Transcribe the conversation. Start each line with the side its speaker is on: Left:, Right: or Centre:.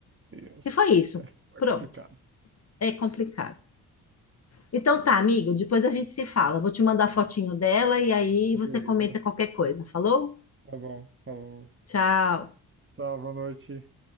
Right: Deus.
Left: E foi isso.
Right: É
Left: Pronto.
Right: complicado.
Left: É complicado. Então tá, amigo, depois a gente se fala. Vou te mandar a fotinho dela e aí
Right: Beleza.
Left: você comenta qualquer coisa. Falou?
Right: Tá bom, falou.
Left: Tchau.
Right: Tchau, boa noite.